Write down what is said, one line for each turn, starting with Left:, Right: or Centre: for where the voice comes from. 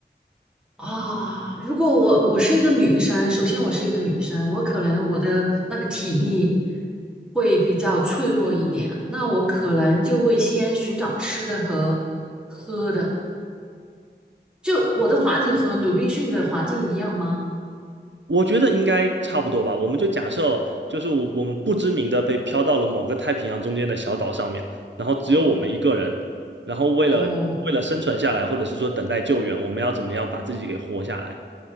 Centre: 啊！如果我我是一个女生，首先我是一个女生，我可能我的那个体力会比较脆弱一点，那我可能就会先寻找吃的和喝的。就我的环境和鲁滨逊的环境一样吗？
Right: 我觉得应该差不多吧。我们就假设，就是我我们不知名的被飘到了某个太平洋中间的小岛上面，然后只有我们一个人，
Centre: 哦
Right: 然后为了为了生存下来，
Centre: 哦，
Right: 或者是说等待救援，我们要怎么样把自己给活下来？